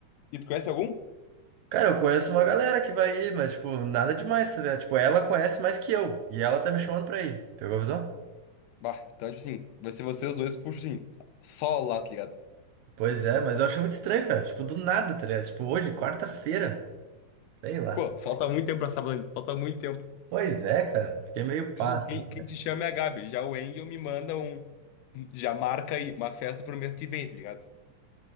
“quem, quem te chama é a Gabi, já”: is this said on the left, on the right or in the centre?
Left